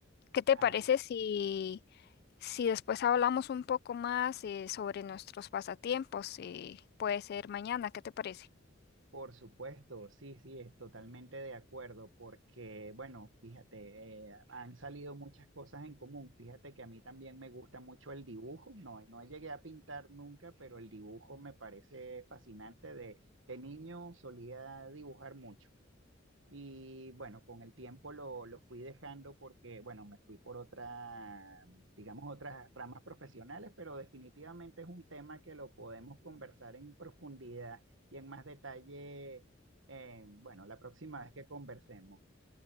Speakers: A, on the left (about 55°); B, on the right (about 70°).
A: ¿qué te
B: Ah,
A: parece si, si después hablamos un poco más eh, sobre nuestros pasatiempos? Eh, puede ser mañana, ¿qué te parece?
B: Por supuesto, sí, sí, es totalmente de acuerdo, porque, bueno, fíjate, eh, han salido muchas cosas en común. Fíjate que a mí también me gusta mucho el dibujo, no, no llegué a pintar nunca, pero el dibujo me parece fascinante. De, de niño solía dibujar mucho. Y bueno, con el tiempo lo, lo fui dejando porque, bueno, me fui por otra, digamos, otras ramas profesionales, pero definitivamente es un tema que lo podemos conversar en profundidad y en más detalle, eh, bueno, la próxima vez que conversemos.